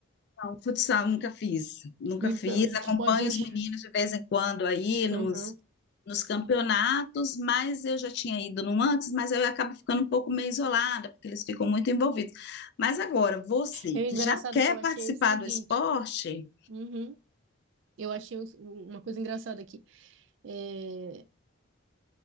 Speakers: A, on the left; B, on the right.
A: Não, Futsal nunca fiz, nunca
B: Então,
A: fiz.
B: a gente
A: Acompanho
B: pode achar.
A: os meninos de vez em quando aí nos,
B: Uhum.
A: nos campeonatos, mas eu já tinha ido num antes, mas aí eu acabo ficando um pouco meio isolada, porque eles ficam muito envolvidos. Mas agora, você
B: É
A: que
B: engraçado
A: já quer
B: que eu achei
A: participar
B: o seguinte.
A: do esporte,
B: Uhum. Eu achei os- uma coisa engraçada aqui. É,